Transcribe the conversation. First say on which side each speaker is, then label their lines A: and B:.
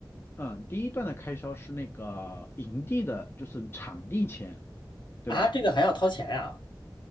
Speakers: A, on the left; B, on the left.
A: 嗯，第一段的开销是那个营地的，就是场地钱，对吧？
B: 啊，这个还要掏钱呀？